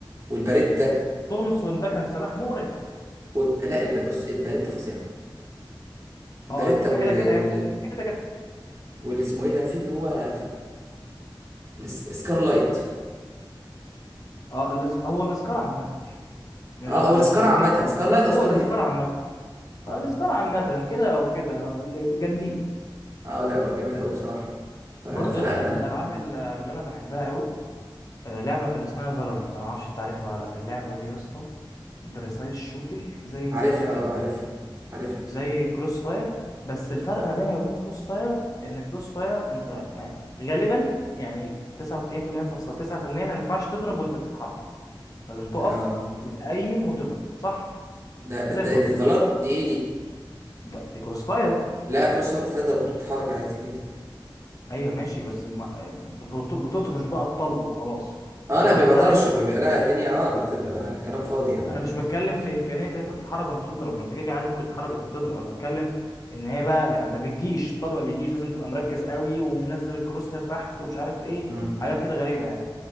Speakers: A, on the right; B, on the left.
A: والباريتا
B: تومسون ده كان سلاح مقرف
A: و... لا الب... بص الباريتا فظيعه الباريتا
B: اه آه، ده
A: وال...
B: كده كده
A: وال...
B: يعني كده كده
A: واللي اسمه ايه ده في اللي هو الس- السكارلايت
B: اه الاسك... هو الاسكار عامه من
A: اه
B: غير
A: او السكار
B: من غير
A: عامه
B: لايك ولا
A: سكارلايت او
B: هو
A: سكار
B: الاسكار
A: هيفي
B: عامه
A: اه
B: الاسكار عامه كده او كده ال- جامدين
A: اه لا هو جامد قوي بصراحه ف... فلا
B: برضه يا اسطى
A: انا
B: من الالعاب ال- اللي انا بحبها قوي آه، لعبه كان اسمها فالورنت انا ما اعرفش انت عارفها ولا لا اللعبه دي يا اسطى بريسايز شوتنج زي
A: عارفها
B: كده
A: اه عارفها عارفها
B: زي كروس فاير بس الفرق ما بينها وبين كروس فاير ان كروس فاير انت ما غالبا يعني 99% فاصلة 9% ما ينفعش تضرب وانت بتتحرك لازم تقف
A: اه
B: وتقيم وتضرب صح
A: ده ده
B: زي الفل
A: ده ديفلوب دي ايه دي
B: ده- دي كروس فاير
A: لا كروس وهي بتتهدى بتتحرك عادي ايه ده
B: ايوه ماشي بس ما بت- بتطرش بقى الطلق وخلاص
A: اه
B: لكن
A: لا
B: لو
A: بيبقى
B: انت
A: طرش
B: عايز
A: بيبقى بيبقى- لا الدنيا اه بتبقى كلام فاضي يعني
B: انا
A: اه
B: مش بتكلم في امكانيه ان انت تتحرك وانت بتضرب ما انت كده كده عادي ممكن تتحرك وانت بتضرب انا بتكلم ان هي بقى يعني ما بتجيش طالما ما بيجيش لازم تبقى مركز قوي ومنزل الكروس هير تحت ومش عارف ايه
A: امم
B: حاجات كده غريبه يعني